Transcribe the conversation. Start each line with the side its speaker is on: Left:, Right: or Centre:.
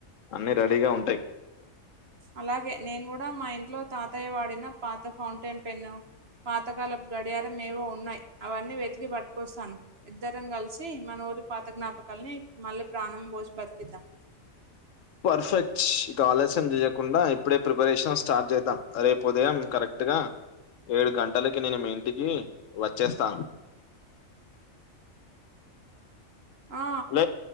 Left: అన్నీ రెడీగా ఉంటాయి
Right: అలాగే నేను కూడా మా ఇంట్లో తాతయ్య వాడిన పాత ఫౌంటైన్ పెన్ను పాతకాలపు గడియారం ఏవో ఉన్నాయి అవన్నీ వెతికి పట్కోస్తాను ఇద్దరం కలిసి మన ఊరి పాత జ్ఞాపకాల్ని మళ్ళీ ప్రాణం పోసి బతికిద్దాం
Left: పర్ఫెక్ట్ చ్ ఇక ఆలస్యం చేయకుండా ఇప్పుడే ప్రిపరేషన్ స్టార్ట్ చేద్దాం రేపు ఉదయం కరెక్ట్గా ఏడు గంటలకి నేను మీ ఇంటికి వచ్చేస్తాను
Right: ఆ
Left: లే